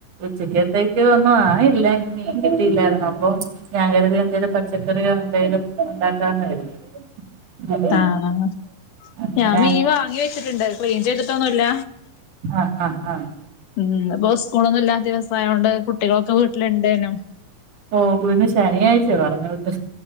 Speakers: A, on the right; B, on the left.
A: ഉച്ചക്കത്തേക്ക് ഒന്നും ആയില്ല. ഇന്ന് മീൻ കിട്ടിയില്ലായിര്ന്നു. അപ്പം ഞാൻ കരുതി എന്തേലും പച്ച ക്കറിയോ എന്തേലും ഉണ്ടാക്കാന്ന് കരുതി. ഉം
B: പാവങ്ങ,
A: അങ്ങനെ
B: ഞാൻ മീൻ വാങ്ങി വെച്ചിട്ടുണ്ട് ക്ലീൻ ചെയ്തിട്ടൊന്നുല്ല.
A: ആഹ് ആഹ് ആഹ്
B: ഉം. ന്ന്പ്പൊ സ്കൂളൊന്നും ഇല്ലാത്ത ദിവസായോണ്ട് കുട്ടികളൊക്കെ വീട്ടിലിണ്ടയ്‌നും
A: ഓ പ്പുന്ന് ശനിയാഴ്ച്ചെ പറഞ്ഞൂട്ട്.